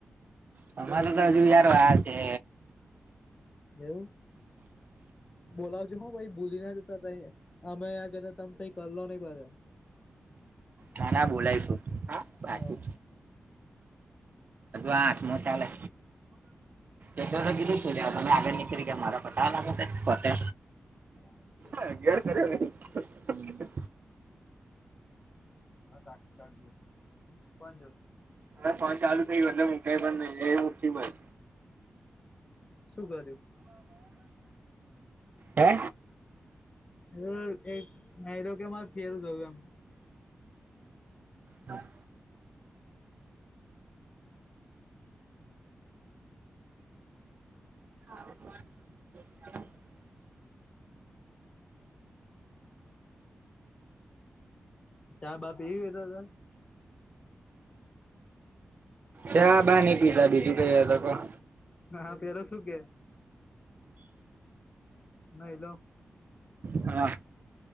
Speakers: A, on the right; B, on the left.
A: તમારે તો હજુ યાર વાર છે.
B: એવું. બોલાવજો, હા, ભાઈ, ભૂલી ના જતા તહીં, અમે અહીં ને તમે તહીં કરલો નહી, ભ
A: ના, ના, બોલાયશું. બાકી
B: હમ.
A: હજુ આઠમો ચાલે. એ તો મેં તો કીધું તું, હ, તમે આગળ નીકળી ગયા, મારો પતા લાગે છે પતે.
B: વા <inaudible>
A: હ ગે કરરી <inaudible> હમ.
B: હા, ત ફ જ કોણ જો.
A: મા ફોન ચાલુ થઈ ગયો, એટલે મ કઈ પણ નઈ એ મુતિમાં.
B: શું કર્યું?
A: હે
B: એ એક નહી તો કે, મારે ફેર ગયો એમ.
A: હા. <unintelligible>
B: ચા બાપ એવી હતા.
A: ચા બાની પીધા બીજું કઈ વા.
B: હાા, પેરો શું કે? ન એલો.
A: હા.